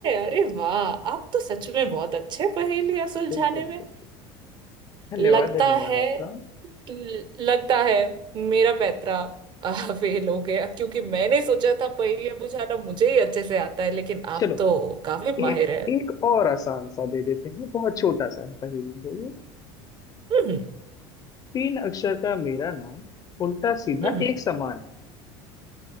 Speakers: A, on the right; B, on the left.
A: अरे वाह आप तो सच में बहुत अच्छे पहेलियां सुलझाने
B: बिल्कुल
A: में
B: बिल्कुल धन्यवाद
A: लगता
B: धन्यवाद
A: है
B: आपका
A: ल- लगता है मेरा पैतरा आह, <laughs> फेल हो गया क्योंकि मैंने सोचा था पहेलियां बुझाना मुझे ही अच्छे से आता है लेकिन
B: चलो
A: आप तो काफी
B: एक
A: माहिर है
B: एक और आसान सा दे देते हैं बहुत छोटा सा है पहेली है ये
A: हम्म
B: तीन अक्षर का मेरा नाम उल्टा सीधा
A: हम्म
B: एक समान